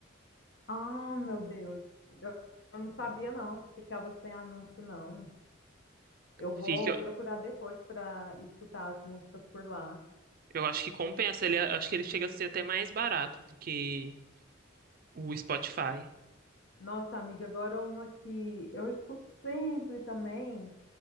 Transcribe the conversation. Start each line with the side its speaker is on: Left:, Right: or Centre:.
Left: ah, meu Deus. Eu, eu não sabia não que ficava sem anúncio não. Eu
Right: Fica,
Left: vou
Right: eu
Left: procurar depois para escutar as músicas por lá.
Right: eu acho que compensa. Ele, é, acho que ele chega a ser até mais barato do que o Spotify.
Left: Nossa, amiga, agora uma que eu escuto sempre também